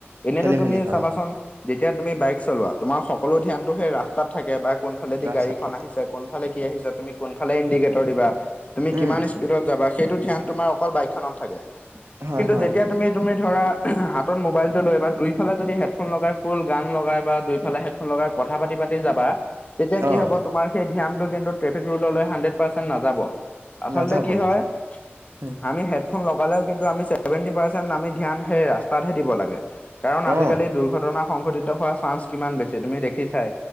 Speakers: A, on the left; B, on the right.
A: এনেইতো
B: খেলি
A: তুমি
B: মেলি হয়
A: চাবাচোন
B: অঁ
A: যেতিয়া তুমি বাইক চলোৱা তোমাৰ সকলো ধ্যানটো সেই ৰাস্তাত থাকে বা কোনফালেদি
B: ৰাস্তাত
A: গাড়ীখন
B: থাকে
A: আহিছে কোনফালে কি আহিছে, তুমি কোনফালে ইণ্ডিকেটৰ দিবা, তুমি কিমান
B: উম
A: স্পীডত যাবা সেইটো ধ্যান তোমাৰ অকল বাইকখনত থাকে।
B: হয়
A: কিন্তু
B: হয়
A: যেতিয়া তুমি তুমি ধৰা হাতত মোবাইলটো লৈ বা দুইফালে যদি হেডফোন লগাই ফুল গান লগাই বা দুইফালে হেডফোন লগাই কথা পাতি পাতি যাবা, তেতিয়া কি
B: অঁ
A: হ'ব তোমাৰ সেই ধ্যানটো কিন্তু ট্ৰফিক ৰুললৈ হান্দ্ৰেত পৰ্চেণ্ট নাযাব। আচলতে
B: নাযাব
A: কি
B: নাযাব
A: হয়
B: উম
A: আমি হেড ফোন লগালেও কিন্তু আমি সেভেণ্টি পাৰ্চেন্ট আমি ধ্যান সেই ৰাস্তাতহে দিব লাগে। কাৰণ আজিকালি
B: অঁ
A: দুৰ্ঘটনা সংঘটিত হোৱাৰ চান্স কিমান বেছি তুমি দেখিছাই?